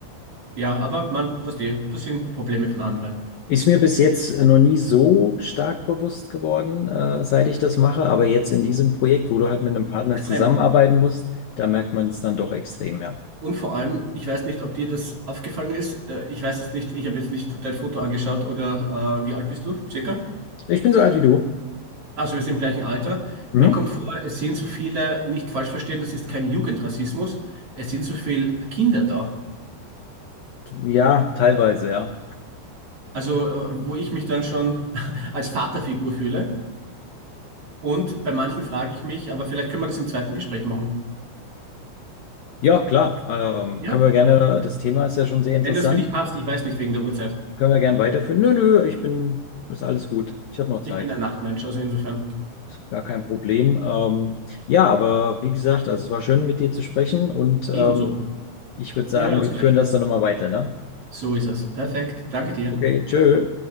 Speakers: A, on the right; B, on the left.
A: Ja, aber man, was die, das sind Probleme von anderen.
B: Ist mir bis jetzt äh, noch nie so stark bewusst geworden, äh, seit ich das mache, aber jetzt in diesem Projekt, wo du halt mit einem Partner
A: Extrem.
B: zusammenarbeiten musst, da merkt man es dann doch extrem, ja.
A: Und vor allem, ich weiß nicht, ob dir das aufgefallen ist. äh, Ich weiß es nicht, ich habe jetzt nicht dein Foto angeschaut oder äh, wie alt bist du? Circa?
B: Ich bin so alt wie du.
A: Also wir sind im gleichen Alter.
B: Mhm.
A: Mir kommt vor, es sind so viele, nicht falsch verstehen, das ist kein Jugendrassismus, es sind so viele Kinder da.
B: Ja, teilweise, ja.
A: Also, äh, wo ich mich dann schon <laughs> als Vaterfigur fühle. Und bei manchen frage ich mich, aber vielleicht können wir das im zweiten Gespräch machen.
B: Ja, klar. Ähm,
A: Ja?
B: können wir gerne, äh, das Thema ist ja schon sehr interessant.
A: Wenn das für dich passt, ich weiß nicht wegen der Uhrzeit.
B: Können wir gern weiterführen? Nö, nö, ich bin, ist alles gut. Ich habe noch Zeit.
A: Ich bin ein Nachtmensch, also insofern
B: Gar kein Problem. Ähm, ja, aber wie gesagt, also es war schön, mit dir zu sprechen und
A: ebenso.
B: ähm, ich würde sagen,
A: Wir hören uns
B: wir
A: gleich.
B: führen das dann nochmal weiter, ne?
A: So ist es. Perfekt. Danke dir.
B: Okay,
A: Tschüss.
B: tschö.